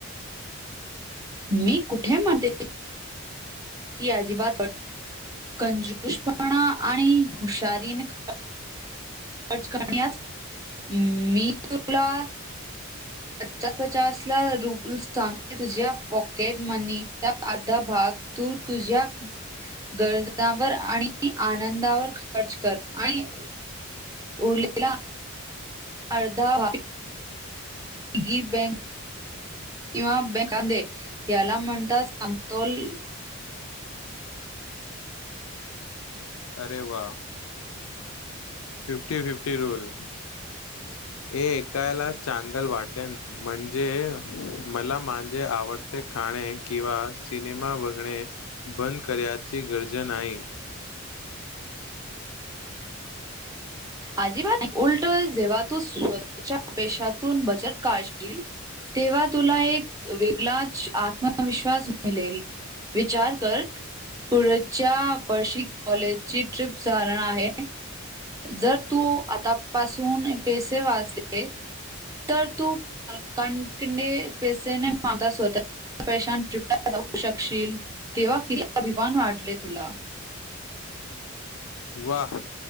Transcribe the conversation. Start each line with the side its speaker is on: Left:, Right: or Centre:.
Right: मी कुठे म्हणते की अजिबात <unintelligible> कंजूसपणा आणि हुशारीनं <unintelligible> खर्च करण्यास मी तुला पचास पचासला रुप स्टार्ट तुझ्या पॉकेट मनीचा अधा भाग तू तुझ्या गरजावर आणि आनंदावर खर्च कर आणि उरलेला अर्ध भाग <unintelligible> ही बँक किंवा बेकांदे याला म्हणतात अमतोल
Left: अरे वा फिफ्टी फिफ्टी रूल, हे ऐकायला चांगलं वाटेल. म्हणजे मला माझे आवडते खाणे किंवा सिनेमा बघणे बंद करण्याची गरज नाही.
Right: अजिबात उलट जेव्हा तू स्वतःच्या पैशातून बचत काढशील, तेव्हा तुला एक वेगलाच आत्मविश्वास मिलेल. विचार कर पुढच्या वर्षी कॉलेजची ट्रिप सारण आहे. जर तू आतापासून पैसे वाचले, तर तू पालकांकडने पैसे ने मागता स्वतः पैशान ट्रीपला जाऊ शकशील. तेव्हा किती अभिमान वाटले तुला?
Left: वाह!